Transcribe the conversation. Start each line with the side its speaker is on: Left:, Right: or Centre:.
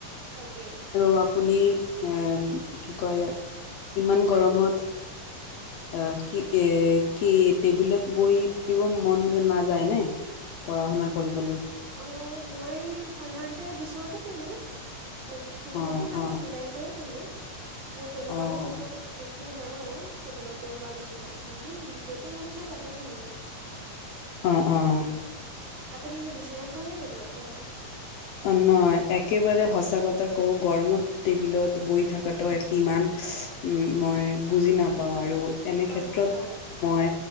Right: তাকে
Left: আৰু আপুনি হেম, কি কয় ইয়াক, ইমান গৰমত
Right: <unintelligible>
Left: অহ, কি এ- কি টেবুলত বহি থাকিব মন নাযায় নে? পঢ়া শুনা কৰিবলৈ।
Right: অ, মই সাধাৰণতে বিচনাতে পঢ়োঁ। আ দু টেবুলতো
Left: অঁ
Right: মানে
Left: অঁ
Right: মিলাই কৰি পঢ়োঁ। মোৰ তেনেকুৱা
Left: অঁ
Right: মানে একো একো নাই আৰু টেবুলতে বা বিচনাতে পঢ়ো বুলি য'তে মন যায় তাত তে পঢ়োঁ
Left: অঁ
Right: তাকে
Left: অঁ
Right: আপুনি কি বিচনাত পঢ়ে নে টেবুলত পঢ়ে?
Left: অ, নহয়। একেবাৰে সঁচা কথা কওঁ গৰমত টেবুলত বহি থাকাতো কিমান উম মই বুজি নাপাওঁ আৰু এনে
Right: হয়
Left: ক্ষেত্ৰত
Right: হয় হয়
Left: মই